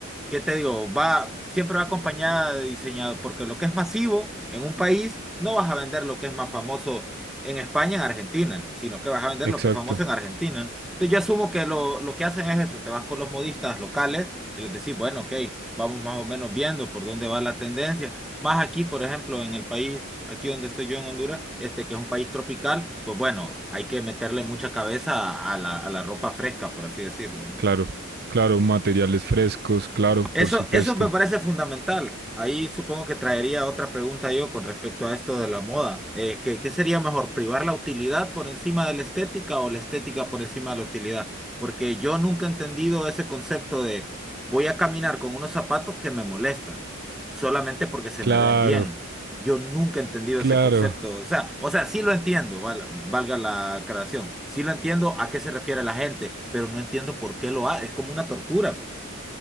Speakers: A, in the centre; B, on the right (about 50°).
A: ¿qué te digo? Va, siempre va acompañada de diseñador, porque lo que es masivo en un país, no vas a vender lo que es más famoso en España, en Argentina, sino que vas a vender
B: exacto.
A: lo que es famoso en Argentina. ¿no? Entonces yo asumo que lo, lo que hacen es eso, te vas con los modistas locales y les decís, bueno, ok, vamos más o menos viendo por dónde va la tendencia. Más aquí, por ejemplo, en el país, aquí donde estoy yo en Honduras, este que es un país tropical, pues bueno, hay que meterle mucha cabeza a la, a la ropa fresca, por así decirlo, ¿no?
B: Claro. Claro, materiales frescos, claro,
A: Eso,
B: por supuesto.
A: eso me parece fundamental. Ahí supongo que traería otra pregunta yo con respecto a esto de la moda. Eh, ¿qué, qué sería mejor, privar la utilidad por encima de la estética o la estética por encima de la utilidad? Porque yo nunca he entendido ese concepto de voy a caminar con unos zapatos que me molestan solamente porque se
B: Claro,
A: me ven bien. Yo nunca he entendido
B: claro,
A: ese concepto. O sea, o sea, sí lo entiendo, val- valga la aclaración. Sí lo entiendo a qué se refiere la gente, pero no entiendo por qué lo hace. Es como una tortura. pues.